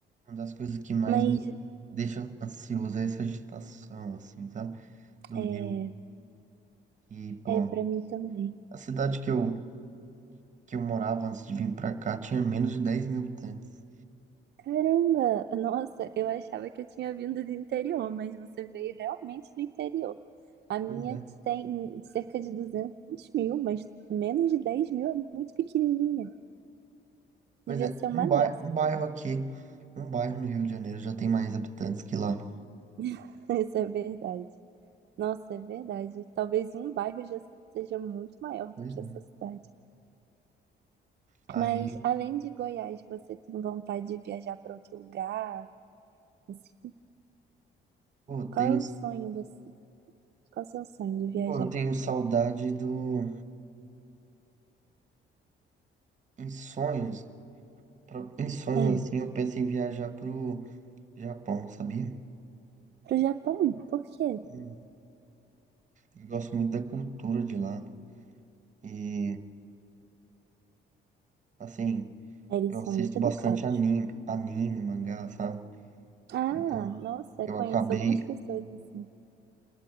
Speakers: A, on the right (about 40°); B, on the right (about 60°).
A: Uma das coisas que mais
B: Mas
A: me deixa ansioso é essa agitação, assim, sabe? Do
B: é,
A: rio. E, pô,
B: é para mim também.
A: A cidade que eu, que eu morava antes de vir pra cá tinha menos de dez mil habitantes.
B: Caramba, nossa, eu achava que eu tinha vindo do interior, mas você veio realmente do interior. A minha
A: Pois é.
B: tem cerca de duzentos mil, mas menos de 10 mil é muito pequenininha.
A: Pois
B: Devia
A: é.
B: ser uma
A: Um bairro,
B: graça.
A: um bairro aqui, um bairro no Rio de Janeiro já tem mais habitantes que lá.
B: <laughs> Isso é verdade. Nossa, é verdade. Talvez um bairro já seja muito maior
A: Pois
B: do que
A: é.
B: essa cidade.
A: Aí,
B: Mas além de Goiás, você tem vontade de viajar para outro lugar? Assim,
A: pô, eu
B: qual
A: tenho,
B: é o sonho desse? Qual é o seu sonho de viajar?
A: pô, eu tenho saudade do. Em sonhos, pra- em sonhos
B: É,
A: assim, eu penso em viajar pro Japão, sabia?
B: pro Japão? Por quê?
A: Hum. Eu gosto muito da cultura de lá. E, assim,
B: Eles
A: eu assisto
B: são muito
A: bastante
B: educados.
A: anime, anime, mangá, sabe?
B: Ah,
A: Então,
B: nossa,
A: eu
B: conheço
A: acabei,
B: algumas pessoas assim.